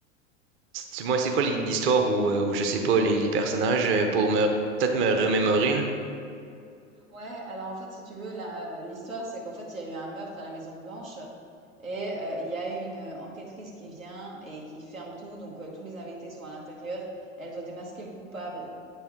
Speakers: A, on the right; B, on the right.
A: Du moins, c'est quoi l'histoire ou euh, ou je sais pas les, les personnages euh, pour me peut-être me remémorer là.
B: Ouais, alors en fait, si tu veux, la- l'histoire, c'est qu'en fait, il y a eu un meurtre à la Maison Blanche et euh, il y a une euh, enquêtrice qui vient et qui ferme tout. Donc, euh, tous les invités sont à l'intérieur. Elle doit démasquer le coupable.